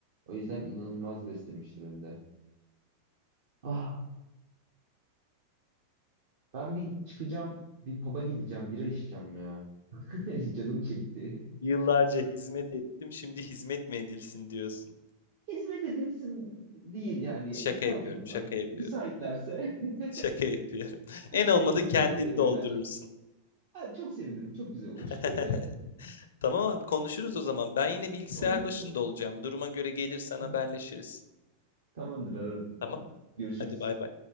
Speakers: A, on the right; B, on the left.
A: O yüzden inanılmaz beslemişti beni de. Ah, ben bir çıkacağım, bir pub'a gideceğim, bira içeceğim ya. <laughs> Canım çekti.
B: Yıllarca hizmet ettim, şimdi hizmet mi edilsin diyorsun.
A: Hizmet edilsin değil yani
B: Şaka
A: estağfurullah.
B: yapıyorum, şaka yapıyorum,
A: Müsaitlerse <laughs>
B: şaka yapıyorum. <laughs> En olmadı
A: bana da
B: kendini
A: bir bira verirler.
B: doldurursun.
A: Ha, çok sevinirim, çok güzel olur.
B: <laughs>
A: <laughs>
B: Tamam abi konuşuruz o zaman. Ben yine bilgisayar
A: Olur,
B: başında
A: olur.
B: olacağım. Duruma göre gelirsen
A: Hı
B: haberleşiriz.
A: hı. Tamamdır, ararım.
B: Tamam,
A: Hadi, görüşürüz.
B: hadi bay bay.